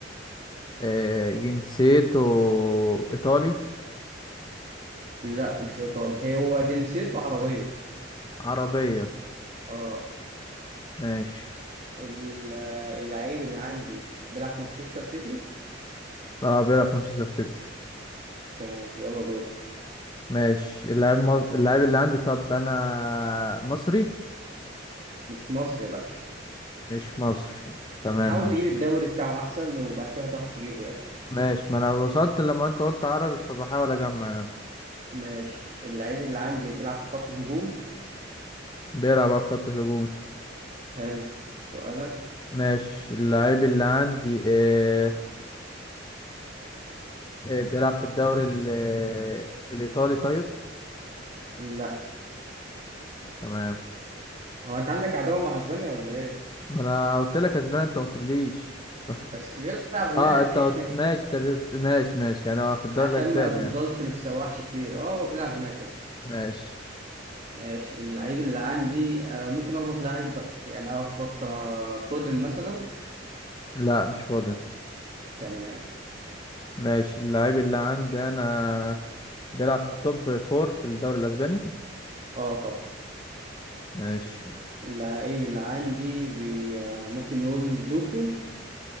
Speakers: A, on the left; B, on the right.
A: آه، جنسيته ايطالي
B: لا مش ايطالي هو جنسيته عربية
A: عربية
B: اه
A: ماشي
B: ال- اللعيب اللي عندي بيلعب في مانشستر سيتي
A: اه بيلعب في مانشستر سيتي
B: تمام يلا دورك
A: ماشي اللعيب مص... اللعيب اللي عندي طب انا مصري
B: مش مصري لا
A: مش مصري تمام
B: حاول
A: ماشي
B: تجيب الدوري بتاعه احسن وبعد كده هتعرف تجيبه يعني
A: ماشي ما انا وصلت لما انت قلت عربي فبحاول اجمع يعني
B: ماشي اللعيب اللي عندي بيلعب في خط الهجوم
A: بيلعب بقى في خط الهجوم
B: حلو سؤالك
A: ماشي اللعيب اللي عندي آه آه بيلعب في الدوري ال- آه، الإيطالي طيب
B: لا
A: تمام
B: هو انت عندك عداوة مع اسبانيا ولا ايه
A: ما انا قلت لك اسباني انت ما قلتليش <laughs> طب-
B: بس بيلعب هناك
A: اه انت قلت- ماشي
B: <laughs>
A: طب انت بت- ماشي ماشي يعني هو في الدوري
B: عشان
A: الاسباني
B: ما تفضلش
A: يعني
B: متسوحش كتير اه هو بيلعب هناك يا اسطى
A: ماشي
B: ماشي اللعيب اللي عندي آه، ممكن اخبط لعيب بقى يعني انا اخبط آه، فودن مثلا
A: لا مش فاضي
B: تمام
A: ماشي اللعيب اللي عندي انا بيلعب في التوب فور في الدوري الاسباني
B: اه طبعا
A: ماشي
B: اللعيب اللي عندي بي... آه، ممكن نقول دوكو